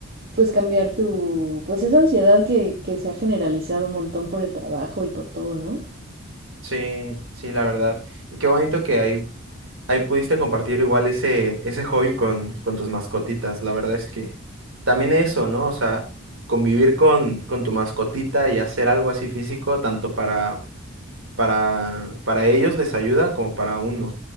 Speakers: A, on the right; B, on the right.
A: pues cambiar tu, pues esa ansiedad que, que se ha generalizado un montón por el trabajo y por todo, ¿no?
B: sí, sí, la verdad. Y qué bonito que hay ahí pudiste compartir igual ese, ese hobby con, con tus mascotitas. La verdad es que también eso, ¿no? O sea, convivir con, con tu mascotita y hacer algo así físico, tanto para, para, para ellos les ayuda como para uno.